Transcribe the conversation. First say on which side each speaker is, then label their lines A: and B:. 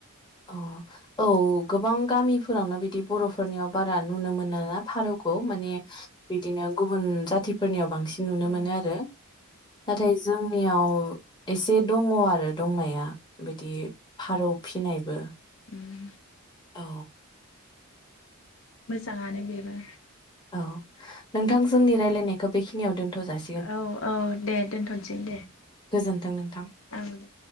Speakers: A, on the left; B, on the left.
A: अ औ गोबां गामिफोरावनो बिदिब बर'फोरनियाव बारा नुनो मोना ना फारौखौ माने बिदिनो गुबुन जातिफोरनियाव बांसिन नुनो
B: ओं
A: मोनो आरो। नाथाय जोंनियाव एसे दङ आरो दंनाया बि दि फारौ फिनायबो।
B: उम
A: औ।
B: मोजाङानो बेबो।
A: औ नोंथां जोंनि रायलायनायखौ बेखिनियाव दोनथ' जाासि
B: औ औ दे दोनथ'नोसै दे।
A: गोजोन्थों नोंथां।
B: औ दे।